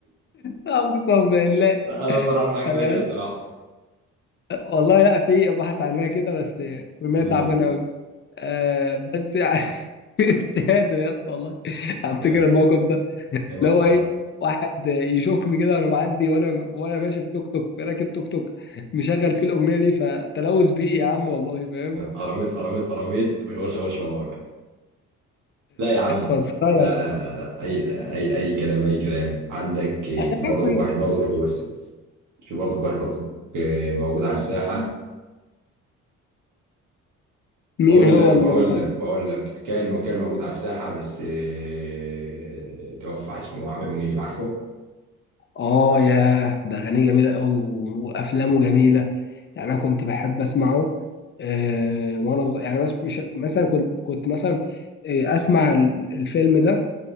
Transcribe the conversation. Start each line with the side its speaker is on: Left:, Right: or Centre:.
Left: اقسم بالله
Right: انا اول مره اعرف حاجه اسمها
Left: انا
Right: كده الصراحه
Left: يس- والله لا في بحث عنها كده بس بما
Right: امم
Left: تعبانه قوي أه بس يعني <laughs> مش قادر يا اسطى والله افتكر
Right: ايوه
Left: الموقف ده
Right: ايوه
Left: اللي
Right: قرا-
Left: هو ايه واحد يشوفني كده وانا معدي وانا وانا ماشي في توك توك راكب توك توك مشغل فيه الاغنيه دي فتلوث بيئي يا عم والله فاهم
Right: قراميط قراميط قراميط وشوار شوار شوار لا يا عم
Left: مسخره
Right: لا لا لا لا اي اي اي كلام اي كلام عندك آه،
Left: انا
Right: في برضك
Left: عارف
Right: واحد برضك هو بس في برضك واحد برضك آه، موجود على الساحه
Left: مين
Right: بقول
Left: هو
Right: لك
Left: الموجود
Right: بقول لك بقول لك كان كان موجود على الساحه بس آه، توفى اسمه عامر منيب عارفه
Left: اه ياه ده اغانيه جميله قوي وافلامه جميله يعني انا كنت بحب اسمعه آه وانا صغير يعني مش مش- مثلا كنت كنت مثلا آه اسمع ال- الفيلم ده